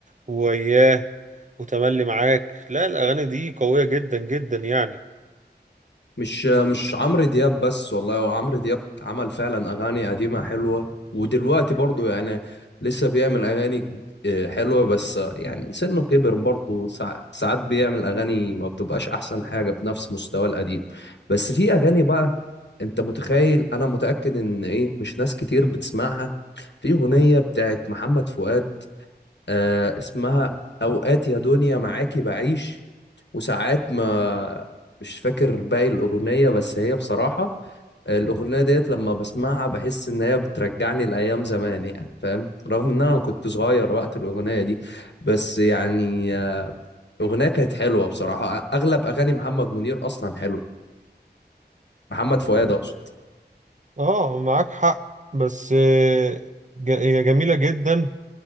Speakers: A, on the right; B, on the left.
A: وياه وتملي معاك لا الاغاني دي قوية جدا جدا يعني
B: مش مش عمرو دياب بس والله هو عمرو دياب عمل فعلا اغاني قديمه حلوه ودلوقتي برضو يعني لسه بيعمل اغاني آه، حلوه بس آه، يعني سنه كبر برضو سع- ساعات بيعمل اغاني ما بتبقاش احسن حاجه بنفس مستوى القديم بس في اغاني بقى انت متخيل انا متاكد ان ايه مش ناس كتير بتسمعها في اغنيه بتاعت محمد فؤاد آه اسمها اوقات يا دنيا معاكي بعيش وساعات ما مش فاكر باقي الأغنية بس هي بصراحة الأغنية ديت لما بسمعها بحس إن هي بترجعني لأيام زمان يعني فاهم رغم إن أنا ما كنت صغير وقت الأغنية دي بس يعني الأغنية كانت حلوة بصراحة أغلب أغاني محمد منير أصلا حلو محمد فؤاد أقصد
A: اه معاك حق بس آه، ج- هي جميلة جدا